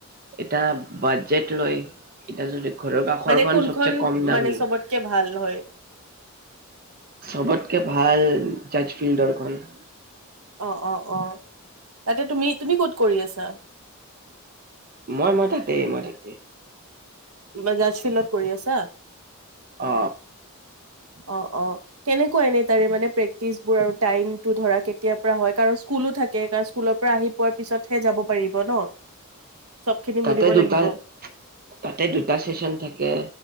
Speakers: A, on the right; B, on the right.
A: এটা বাজেট লয় এতিয়া যদি ঘৰৰ কাষৰখন
B: মানে কোনখন
A: চবচে কম দামী
B: মানে চবতকে ভাল হয়
A: চবতকে ভাল জজ ফিল্ডৰখন
B: অ অ অ তাতে তুমি তুমি ক'ত কৰি আছা
A: মই মই তাতে মই তাতে
B: তোমাৰ জাজফিল্ডত কৰি আছা
A: অ
B: অ অ কেনেকুৱা এনেই তাৰে মানে প্ৰেক্টিচবোৰ আৰু টাইমটো ধৰা কেতিয়াৰ পৰা হয় কাৰণ স্কুলো থাকে কাৰণ স্কুলৰ পৰা আহি পোৱাৰ পিছতহে যাব পাৰিব ন চব খিনি
A: তাতে
B: মিলিব
A: দুটা
B: লাগিব।
A: তাতে দুটা চেচন থাকে